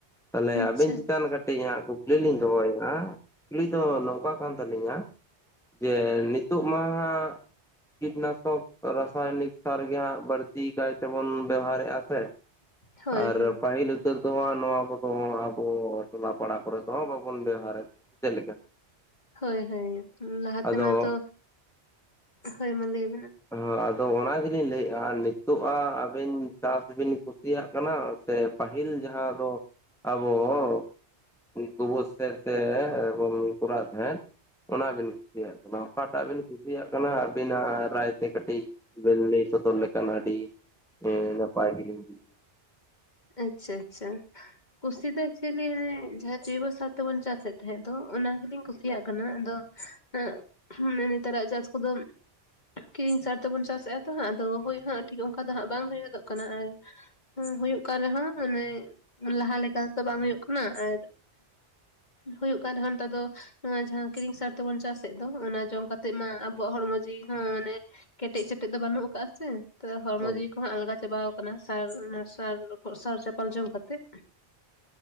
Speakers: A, in the centre; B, on the left.
A: ᱢᱟᱱᱮ
B: ᱟᱪᱪᱷᱟ
A: ᱟᱵᱮᱱ ᱠᱟᱹᱴᱤᱡᱟᱸᱜ ᱠᱩᱠᱞᱤ ᱞᱤᱧ ᱫᱚᱦᱚᱮᱜᱼᱟ ᱠᱩᱠᱞᱤ ᱫᱚ ᱱᱚᱝᱠᱟ ᱠᱟᱱ ᱛᱟᱹᱞᱤᱧᱟ ᱡᱮ ᱱᱤᱛᱩᱜ ᱢᱟ ᱦᱟᱜ ᱠᱤᱴᱱᱟᱥᱚᱠ ᱨᱟᱥᱟᱭᱚᱱᱤᱠ ᱥᱟᱨ ᱜᱮ ᱦᱟᱜ ᱵᱟᱹᱲᱛᱤ ᱠᱟᱭᱛᱮᱵᱚᱱ ᱵᱮᱣᱦᱟᱨᱮᱜᱼᱟ ᱥᱮ
B: ᱦᱳᱭ
A: ᱟᱨ
B: ᱦᱳᱭ
A: ᱯᱟᱹᱦᱤᱞ ᱩᱛᱟᱹᱨ ᱫᱚᱦᱟᱸᱜ ᱱᱚᱣᱟ ᱠᱚᱫᱚ ᱟᱵᱚ ᱴᱚᱞᱟ ᱯᱟᱲᱟ ᱠᱚᱨᱮ ᱛᱮᱦᱚ ᱵᱟᱵᱚᱱ ᱵᱮᱣᱦᱟᱨᱮᱫ ᱪᱮᱫ ᱞᱮᱠᱟ?
B: ᱦᱳᱭ ᱦᱳᱭ ᱞᱟᱦᱟ
A: ᱟᱫᱚ
B: ᱛᱮᱢᱟ ᱛᱚ, ᱦᱳᱭ ᱢᱟ ᱞᱟᱹᱭ ᱵᱮᱱ᱾
A: ᱦᱚᱸ ᱟᱫᱚ ᱚᱱᱟ ᱜᱮᱞᱤᱧ ᱞᱟᱹᱭᱮᱜᱼᱟ ᱱᱤᱛᱚᱜᱼᱟ ᱟᱹᱵᱤᱱ ᱪᱟᱥ ᱵᱤᱱ ᱠᱩᱥᱤᱭᱟᱜ ᱠᱟᱱᱟ ᱥᱮ ᱯᱟᱹᱦᱤᱞ ᱡᱟᱦᱟᱸ ᱫᱚ ᱟᱵᱚ ᱚ ᱜᱳᱵᱚᱨ ᱥᱮᱨ ᱛᱮ ᱦᱳᱢ ᱠᱚᱨᱟᱣ ᱛᱟᱦᱮᱸᱫ ᱚᱱᱟᱵᱤᱱ ᱠᱩᱥᱤᱭᱟᱜ ᱠᱟᱱᱟ ᱚᱠᱟᱴᱟᱜ ᱵᱤᱱ ᱠᱩᱥᱤᱭᱟᱜ ᱠᱟᱱᱟ ᱟᱵᱤᱱᱟᱜ ᱨᱟᱭ ᱛᱮ ᱠᱟᱹᱴᱤᱡ ᱵᱤᱱ ᱞᱟᱹᱭ ᱥᱚᱫᱚᱨ ᱞᱮᱠ ᱠᱟᱱ ᱟᱹᱰᱤ ᱱᱟᱯᱟᱭ ᱜᱤᱞᱤᱧ
B: ᱟᱪᱪᱷᱟ ᱟᱪᱪᱷᱟ ᱠᱩᱥᱤ ᱫᱚ ᱮᱪᱚᱞᱤ ᱡᱟᱦᱟᱸ ᱡᱳᱭᱵᱚ ᱥᱟᱨ ᱛᱮᱵᱚᱱ ᱪᱟᱥᱮᱫ ᱛ ᱛᱟᱦᱮᱸᱫ ᱫᱚ ᱚᱱᱟ ᱜᱮᱞᱤᱧ ᱠᱩᱥᱤᱭᱟᱜ ᱠᱟᱱᱟ ᱟᱫᱚ <inaudible> ᱱᱮᱛᱟᱨᱟᱜ ᱪᱟᱥ ᱠᱚᱫᱚ ᱠᱤᱨᱤᱧ ᱥᱟᱨ ᱛᱮᱵᱚᱱ ᱪᱟᱥᱮᱜᱼᱟ ᱛᱚ ᱟᱫᱚ ᱦᱳᱭ ᱦᱟᱜ ᱴᱷᱤᱠ ᱚᱱᱠᱟ ᱫᱚ ᱦᱟᱸᱜ ᱵᱟᱝ ᱦᱩᱭ ᱜᱚᱫᱚᱜ ᱠᱟᱱᱟ ᱟᱨ ᱦᱩᱸ ᱦᱳᱭᱳᱜ ᱠᱟᱱ ᱨᱮᱦᱚᱸ ᱢᱟᱱᱮ ᱞᱟᱦᱟ ᱞᱮᱠᱟᱛᱚ ᱵᱟᱝ ᱦᱳᱭᱳᱜ ᱠᱟᱱᱟ ᱟᱨ ᱦᱳᱭᱳᱜ ᱠᱟᱱ ᱨᱮᱦᱚᱸ ᱱᱮᱛᱟᱨ ᱫᱚ ᱱᱚᱣᱟ ᱡᱟᱦᱟᱸ ᱠᱤᱨᱤᱧ ᱥᱟᱨ ᱛᱮᱵᱚᱱ ᱪᱟᱥᱮᱜ ᱫᱚ ᱚᱱᱟ ᱡᱚᱢ ᱠᱟᱛᱮᱜ ᱢᱟ ᱟᱵᱚᱣᱟᱜ ᱦᱚᱲᱢᱚ ᱡᱤᱣᱤ ᱦᱚᱸ ᱢᱟᱱᱮ ᱠᱮᱴᱮᱡ ᱥᱮᱴᱮᱡ ᱫᱚ ᱵᱟᱹᱱᱩᱜ ᱠᱟᱜᱼᱟ ᱥᱮ, ᱦᱚᱲᱢᱚ
A: ᱦᱳᱭ
B: ᱡᱤᱣᱤ ᱠᱚᱦᱚᱸ ᱟᱞᱜᱟ ᱪᱟᱵᱟᱣ ᱠᱟᱱᱟ ᱥᱟᱨ ᱚᱱᱟ ᱥᱟᱨ ᱥᱟᱨ ᱪᱟᱯᱟᱞ ᱡᱚᱢ ᱠᱟᱛᱮᱜ᱾